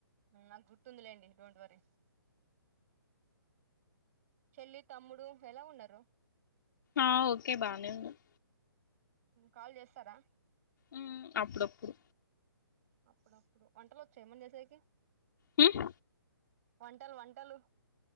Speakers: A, on the right; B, on the left.
A: ఉమ్ నాకు గుర్తుందిలేండి డోంట్ వరీ, చెల్లి తమ్ముడు ఎలా ఉన్నరు?
B: ఆ ఓకే బానే ఉన్నర్
A: కాల్ చేస్తరా?
B: ఉమ్ అప్పుడుప్పుడు
A: అప్పుడప్పుడు వంటలు వచ్చా ఏమన చేసేకి?
B: హ్మ్
A: వంటలు వంటలు